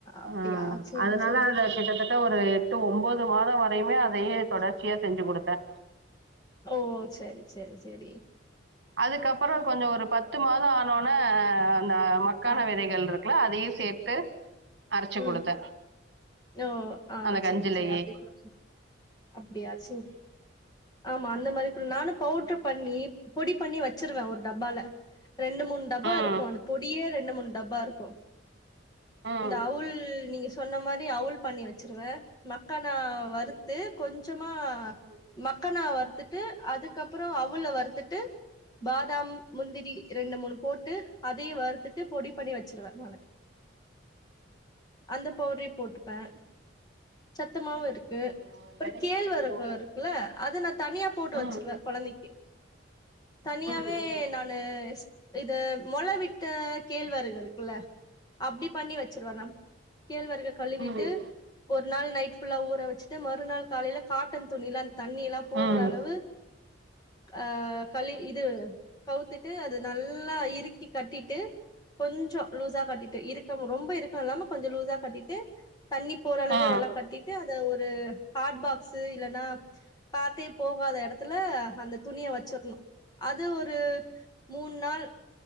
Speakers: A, on the left; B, on the right.
A: அப்டியா
B: ஆ
A: சேரி
B: அதனால
A: சேரி
B: அதுல கிட்டத்தட் ட்ட ஒரு எட்டு ஒன்போது மாதொ வரையுமே அதயே தொடர்ச்சியா செஞ்சு குடுத்தே
A: ஓ செரி செரி செரி
B: அதுக்கப்பறொ கொஞ்சொ ஒரு பத்து மாதொ ஆனோன அந்த மக்கான
A: ஆ
B: வெதைகள் இரு க்ல அதையு சேர்த்து அரச்சு
A: ம்
B: குடுத்தே
A: ஓ ஆ
B: அந்த கஞ்சுலயே
A: சரி சரி அப்டி கூட அப்டியா சேரி ஆமா அந்த மாரி ஃபுல் நானு பவுட்ரு பண்ணி பொடி பண்ணி வச்சுருவே ஒரு டப்பால ரெண்டு மூனு டப்பா
B: ம்
A: இருக்கு அந்த பொடியே ரெண்டு மூனு டப்பா இருக்கு
B: ம்
A: இந்த அவுள் நீங்க சொன்ன மாரி அவுள் பண்ணி வச்சுருவே மக்கானா வறுத்
B: ம்
A: டு கொஞ்சமா
B: ம்.
A: மக்கானா வறுத்துட்டு அதுக்கப்பறொ அவுள வறுத்துட்டு பாதாம் முந்திரி ரெண்டு மூனு போட்டு அதயு வறுத்துட்டு பொடி பண்ணி வச்சுருவே நானு அந்த பவுட்ரே போட்டுப்பே சத்துமாவு
B: பிள்ளைங்களுக்கு
A: இருக்கு
B: கொஞ்சம்
A: ஒரு
B: எடையும்
A: கேழ்வரகு
B: கூடும்
A: இருக்குல அது நா தனியா போட்டு
B: ம்.
A: வச்சுருவே கொழந்தக்கி தனியாவே
B: ம்.
A: நானு இது மொள விட்ட கேழ்வரகு இருக்குல்ல அப்டி பண்ணி வச்சிருவே நான் கேழ்வரகு கழுவிட்டு
B: ம். ம். ம்.
A: ஒரு நாள் நைட் ஃபுல்லா ஊற வச்சு ட்டு மறுநாள் காலையில காட்டன் துணில்லா அந்த தண்ணி எல்லா போகுற
B: ம்.
A: அளவு அ கழுவி இது கவுத்துட்டு அது நல்லா இறுக்கி கட்டிட்டு கொஞ்சோ லூஸா கட்டிட்டு இருக்கம் ரொம்ப இருக்கோ இல்லாம கொஞ்சோ லூஸா கட்டிட்டு தண்ணிப் ஓரளவு
B: ஆ.
A: நல்லா கட்டிட்டு அத ஒரு ஹாட் பாக்ஸ் இல்லன்னா காத்தே போகாத எடத்துல அந்த துணிய வச்சுருணு அது ஒரு மூண் நாள்